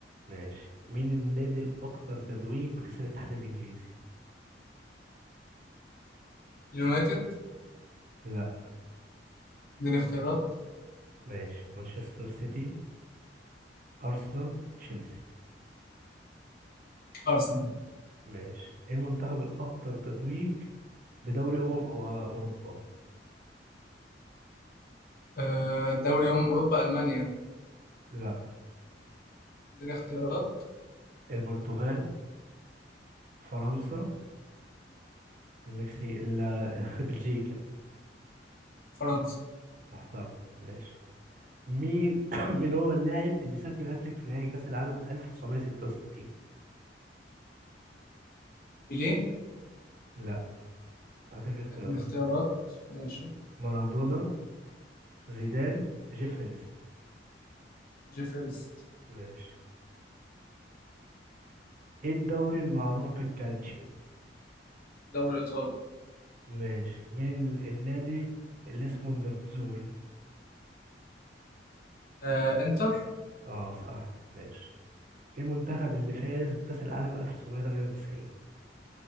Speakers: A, on the right (about 45°); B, on the left (about 55°).
A: ماشي مين النادي الأكثر تتويج بكأس الاتحاد الإنجليزي
B: يونايتد
A: لا
B: اديني اختيارات
A: ماشي مانشستر سيتي أرسنال تشيلسي
B: أرسنال
A: ماشي إيه المنتخب الأكثر تتويج بدوري أمم أو- آه، أوروبا
B: آه دوري أمم أوروبا ألمانيا
A: لا
B: اديني اختيارات
A: البرتغال فرنسا المكسيك ال- <laughs> بلجيكا
B: فرنسا
A: محترم ماشي مين <coughs> مين هو اللاعب اللي سجل هاتريك في نهائي كأس العالم 1966
B: بيليه
A: لا هديك اختيارات
B: اديني اختيارات ماشي
A: مارادونا زيدان جيف هيرست
B: جيفرست
A: ماشي ايه الدوري المعروف بالكالتشيو
B: الدوري الإيطالي
A: ماشي مين ال- النادي اللي اسمه النيرتزوري
B: آه إنتر
A: اه صح ماشي مين المنتخب اللي فاز بكأس العالم 1998